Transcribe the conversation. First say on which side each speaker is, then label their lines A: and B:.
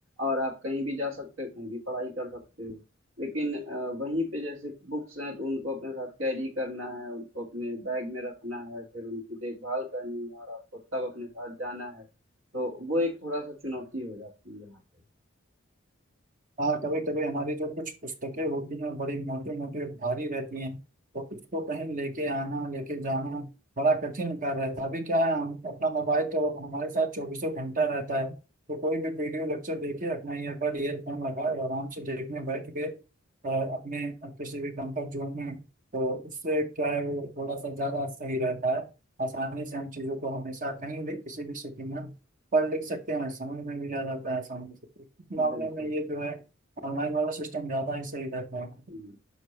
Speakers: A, on the right; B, on the right.
A: और आप कहीं भी जा सकते हो कहीं भी पढ़ाई कर सकते हो लेकिन अ, वहीं पे जैसे बुक्स हैं तो उनको अपने साथ कैरी करना है उनको अपने बैग में रखना है फिर उनकी देखभाल करनी है और आपको तब अपने साथ जाना है तो वो एक थोड़ा सा चुनौती हो जाती है यहाँ पे
B: हाँ कभी कभी हमारी जो कुछ पुस्तकें होती हैं बड़ी मोटी मोटी और भारी रहती हैं तो उसको कहीं लेके आना लेके जाना बड़ा कठिन कार्य रहता है अभी क्या है हम अपना मोबाइल तो हमारे साथ चौबीसों घंटा रहता है तो कोई भी वीडियो लेक्चर देखे अपना ईयरबड ईयरफोन लगाए आराम से देखने बैठ के और अपने किसी भी कंफर्ट जोन में तो उससे क्या है वो थोड़ा सा ज़्यादा सही रहता है आसानी से हम चीज़ों को हमेशा कहीं भी किसी भी स्थिति में पढ़ लिख सकते हैं समझ में भी आ जाता है आसानी से इस मामले
A: बिल्कुल
B: में ये जो है ऑनलाइन वाला सिस्टम ज्यादा ही सही रहता है
A: हम्म।